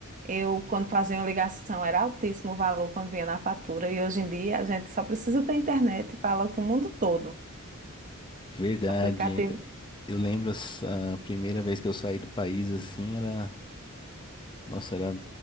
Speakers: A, on the right; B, on the left.
A: eu, quando fazia uma ligação, era altíssimo o valor quando vinha na fatura, e hoje em dia a gente só precisa ter internet e fala com o mundo todo.
B: Verdade.
A: Aplicativo,
B: Eu lembro as- a primeira vez que eu saí do país assim, era. Nossa, era